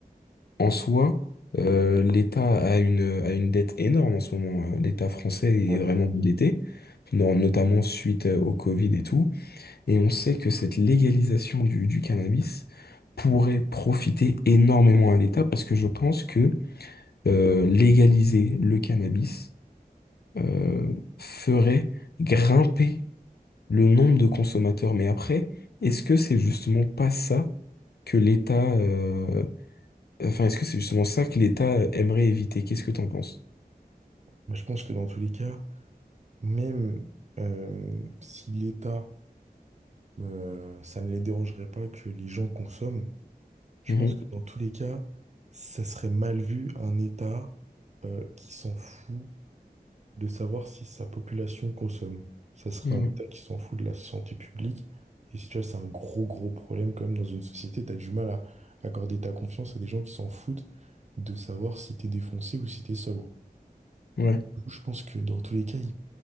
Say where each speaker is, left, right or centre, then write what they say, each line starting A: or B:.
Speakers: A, on the left (about 80°); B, on the right (about 45°).
A: en soi, euh, l'État a une, a une dette énorme en ce moment. euh, L'État français
B: Ouais.
A: est vraiment endetté, no- notamment suite euh, au Covid et tout. Et on sait que cette légalisation du, du cannabis pourrait profiter énormément à l'État parce que je pense que euh, légaliser le cannabis euh, ferait grimper le nombre de consommateurs. Mais après, est-ce que c'est justement pas ça que l'État... euh, Enfin, est-ce que c'est justement ça que l'État aimerait éviter? Qu'est-ce que t'en penses?
B: Bah, je pense que dans tous les cas, même euh, si l'État, euh, ça ne les dérangerait pas que les gens consomment, Je
A: Mhm.
B: pense que dans tous les cas, ça serait mal vu un État euh, qui s'en fout de savoir si sa population consomme. Ça serait
A: Mhm.
B: un État qui s'en fout de la santé publique. Et si tu vois, c'est un gros, gros problème quand même dans une société. T'as du mal à accorder ta confiance à des gens qui s'en foutent de savoir si t'es défoncé ou si t'es sobre.
A: Ouais.
B: Je pense que dans tous les cas, ils,